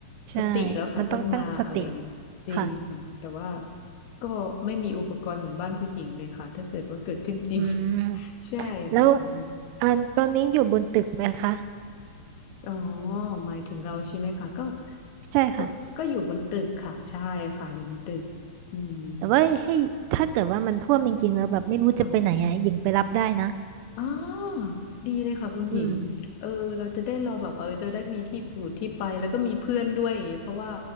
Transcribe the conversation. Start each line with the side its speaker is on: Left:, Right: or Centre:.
Right: ใช่
Left: สติแล้วค่ะต้องมาอะไรเงี้ยจริงค่ะแต่ว่า
Right: มันต้องตั้งสติค่ะ
Left: ก็ไม่มีอุปกรณ์เหมือนบ้านคุณหญิงเลยค่ะถ้าเกิดว่าเกิดขึ้นจริง
Right: อืม
Left: <laughs> ใช่ค่ะอืม
Right: แล้วอันตอนนี้อยู่บนตึกไหมคะ
Left: อ๋อหมายถึงเราใช่ไหมคะก็
Right: ใช่ค่ะ
Left: ก็ก็อยู่บนตึกค่ะใช่ค่ะอยู่บนตึกอืม
Right: แต่ว่าให้ถ้าเกิดว่ามันท่วมจริงๆแล้วแบบไม่รู้จะไปไหนอ่ะหญิงไปรับได้นะ
Left: ค่ะ อ๋อดีเลยค่ะคุณหญิงเออเราจะได้รอแบบเออจะได้มีที่อยู่ที่ไปแล้วก็มีเพื่อนด้วยอย่างเงี้ยเพราะว่า
Right: อืม